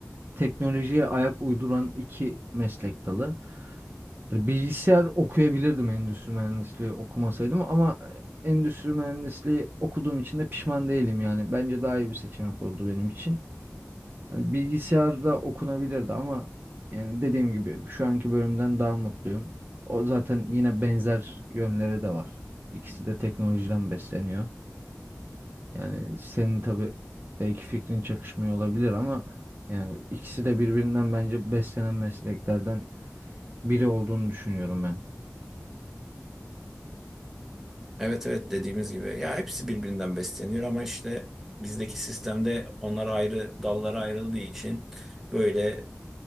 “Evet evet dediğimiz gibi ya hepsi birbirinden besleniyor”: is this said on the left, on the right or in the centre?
Centre